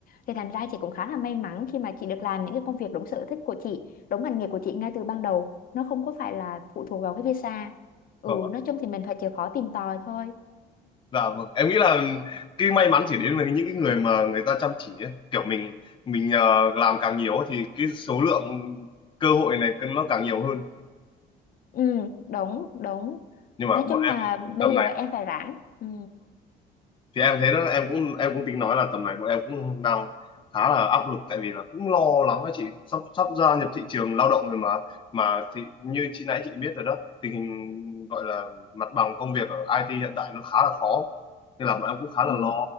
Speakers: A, on the left; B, on the left.
A: thì thành ra chị cũng khá là may mắn khi mà chị được làm những cái công việc đúng sở thích của chị đúng ngành nghề của chị ngay từ ban đầu nó không có phải là phụ thuộc vào cái visa ừ
B: Vâng ạ.
A: nói chung thì mình phải chịu khó tìm tòi thôi
B: Dạ vâng. Em nghĩ là cái may mắn chỉ đến với những cái người mà người ta chăm chỉ ấy. Kiểu mình mình ờ, làm càng nhiều ấy thì cái số lượng cơ hội này nó càng nhiều hơn.
A: ừ đúng đúng
B: nhưng mà
A: nói
B: bọn
A: chung là
B: em
A: bây
B: tầm
A: giờ
B: này
A: em phải rảnh ừ
B: thì em thấy đó em cũng em cũng tính nói là tầm này bọn em cũng đang khá là áp lực tại vì là cũng lo lắng đó chị sắp sắp gia nhập thị trường lao động rồi mà mà thì như chị nãy chị biết rồi đó tình hình gọi là mặt bằng công việc ở IT hiện tại nó khá là khó nên là bọn em cũng khá là
A: ừ
B: lo